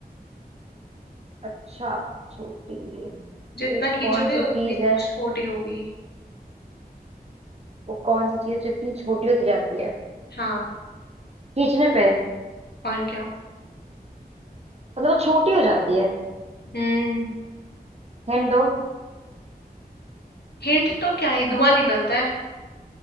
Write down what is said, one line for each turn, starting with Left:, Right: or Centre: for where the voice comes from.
Right: अच्छा छोटी है।
Left: जितना
Right: तो
Left: खींचोगे
Right: कौन सी
Left: उतनी
Right: चीज है
Left: छोटी होगी
Right: वो कौन सी चीज जितनी छोटी होती जाती है
Left: हाँ
Right: खींचने पे
Left: और क्या
Right: मतलब वो छोटी हो जाती है
Left: हम्म
Right: हिंट दो
Left: हिंट तो क्या है धुआं निकलता है